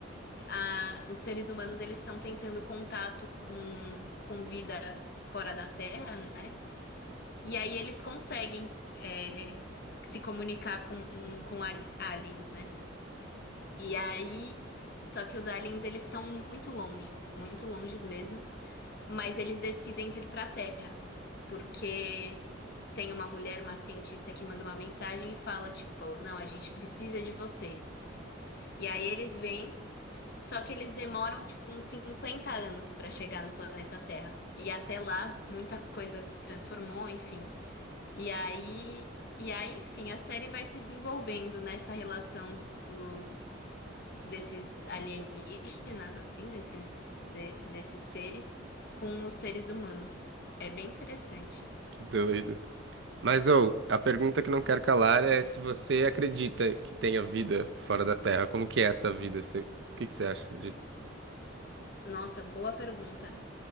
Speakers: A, on the left; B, on the right.
A: a, os seres humanos eles estão tentando contato com com vida fora da Terra, né? E aí eles conseguem é, se comunicar com com ali- aliens, né? E aí, só que os aliens eles estão muito longes, muito longes mesmo, mas eles decidem vir para a Terra, porque tem uma mulher, uma cientista que manda uma mensagem e fala tipo, não, a gente precisa de vocês, assim. E aí eles vêm, só que eles demoram tipo uns 50 anos para chegar no planeta Terra. E até lá muita coisa se transformou, enfim. E aí, e aí, enfim, a série vai se desenvolvendo nessa relação dos desses alienígenas, assim, desses de- desses seres com os seres humanos. É bem interessante.
B: Que doido. Mas, ou, a pergunta que não quero calar é se você acredita que tenha vida fora da Terra. Como que é essa vida? Você- O que que você acha disso?
A: Nossa, boa pergunta.